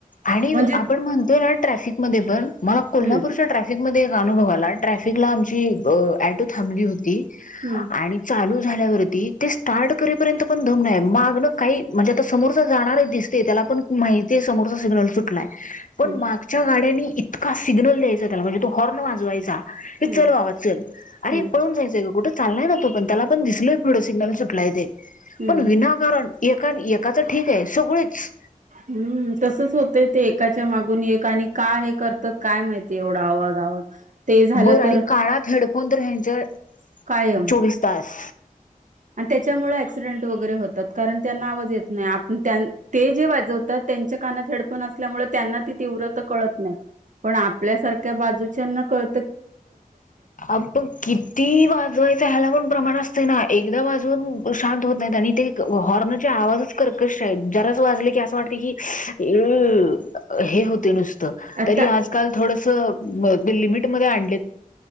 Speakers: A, on the left; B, on the right.
A: आणि
B: म्हणजे
A: आपण म्हणतोय ना ट्रॅफिक म पण मला कोल्हापूरच्या
B: हम्म
A: ट्रॅफिकमध्ये. अनुभव आलाय ट्रॅफिकला आमची ऑटो थांबली होती
B: हम्म
A: आणि चालू.. चालू झाल्यावरती ते स्टार्ट करूस तोपर्यंत दम नाही मागन काही म्हणजे आ समोर जाणार दिसतय. माहिती आहे समोरचा सिग्नल सुटलाय पण
B: हम्म
A: मागच्या गाडीणी इट तका सिग्ल द्यायचा त्या म्हणजे तो हॉर्न वाजवायचा. हे
B: हम्म
A: चलवावा चल अरे
B: हम्म
A: पळून जायच आहे का कुठं. चाललाय ना तो पण त्याला पण दिसल पिडो सिग्नल सुटलाय ते
B: हम्म
A: पण विनाकारण. एकाने एकाच ठीक आहे सगळेच.
B: हम्म तसच होतंय ते एकाच्या मागून एक आणि का हे करतात काय माहितीय एवढा आवाज आवाज ते झालं
A: बरं
B: तर
A: आणि कानात हेडफोन तर यांच्या
B: कायम
A: चोवीस तास
B: आणि त्याच्यामुळे ऍक्सिडेंट वगैरे होतात कारण त्यांना आवाज येत नही आप त्यानं ते जे वाजवतात त्यांच्या कानात हेडफोन असल्यामुळे त्यांना ती तीव्रता कळत नाय. पण आपल्यासारख्या बाजूच्याना कळ
A: अ पण किती वाजवायचं ह्याला पण प्रमाण असते नाय. एकदा वाजवून शांत होत नाहीत आणि ते हॉर्न आवाजच कर कर्कश्य आहेत. जरा अस वाजलं की असं वाटते की <unintelligible> अ हे होते नुस त
B: आता
A: तरी आजकाल थोडंसं म ते लिमिटमध्ये अन